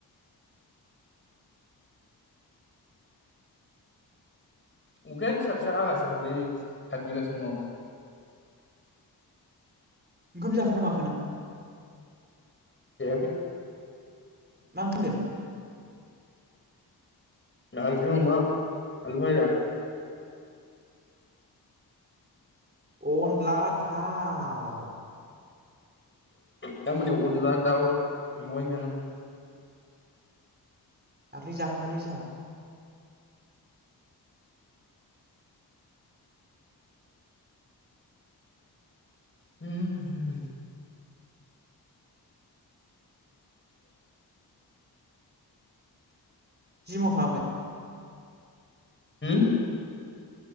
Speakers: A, on the left; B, on the right.
A: उखायनो फिसा फिसा हागासिनो बावलै थायफ्रिगासिनो दं
B: ओंखाम जाखोन ना माखो नों
A: जायाखै
B: मा ओंख्रिहोनदों?
A: नार्जिजों अमा आलु फाजा
B: अनला थाव
A: दा मोनायाव अनला दाव मेवाय जानांगौ
B: दाख्लै जाखांबायालै जाहा
A: ओम
B: जिमाव थांआखै
A: होम